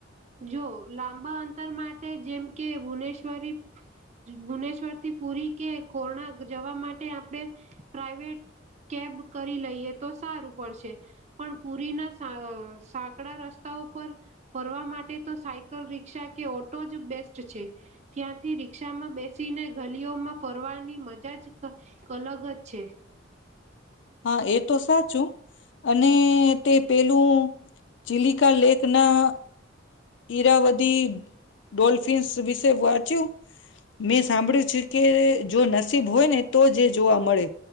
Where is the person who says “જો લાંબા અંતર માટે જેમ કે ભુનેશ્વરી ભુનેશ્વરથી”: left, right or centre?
Right